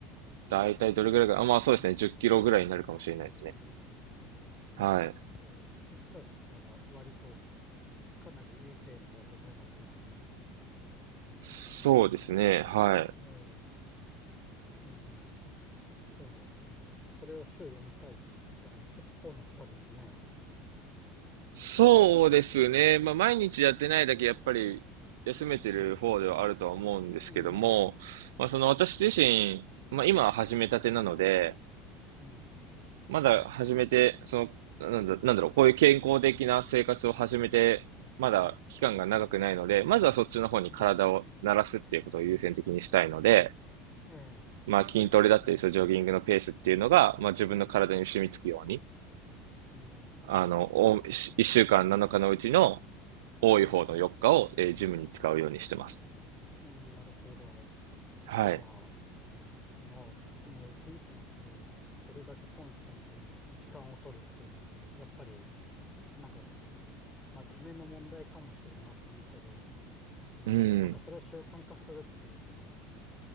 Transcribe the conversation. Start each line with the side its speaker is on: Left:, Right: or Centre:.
Right: だいたいどれぐらいか、あ、まあそうですね。10キロぐらいになるかもしれないですね。
Left: うん
Right: はい。
Left: そうですね。10キロだったら割とかなりいいペースだと思いますよね。うん
Right: そうですね。はい。
Left: ええ、うんうん。じゃあ、それを週4回って言ったら結構な負荷ですね。
Right: そうですね。まあ、毎日やってないだけ、やっぱり休めてる方ではあるとは思うんですけども、
Left: うん、うん、うん、
Right: まあ、その私自身、まあ、今は始めたてなので、
Left: うん、
Right: まだ始めて、その、なんだ、なんだろう、こういう健康的な生活を始めて、まだ期間が長くないので、まずはそっちの方に体を慣らすっていうことを優先的にしたいので、
Left: うん。ええ、
Right: まあ、筋トレだったり、そのジョギングのペースっていうのが、まあ、自分の体に染みつくように、
Left: うん、
Right: あの、お、一週間7日のうちの、多い方の4日を、
Left: ええ、
Right: えージムに使うようにしてます。
Left: うん、なるほど。
Right: はい。
Left: じゃあ、まあ、でも一日のうち、それだけコンスタントに時間を取るっていうのもね、やっぱり、なんか、まあ、決めの問題かもしれませんけど、うん、
Right: うん。
Left: なんかそれを習慣化するっていうのも、